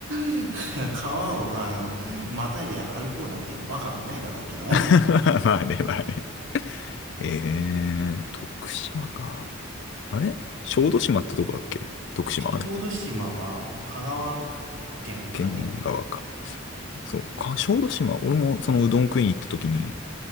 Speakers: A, on the right (about 65°); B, on the left (about 55°).
A: <laughs> 川を、あの、またいで歩こうなんていうバカはいないだろうけども。
B: <laughs> まあね、まあね。えー、徳島か。あれ小豆島ってとこだっけ徳島、
A: 小豆島は、
B: あれ。
A: 香川県だね。
B: 県側か。そう。か、小豆島。俺もそのうどん食いに行った時に、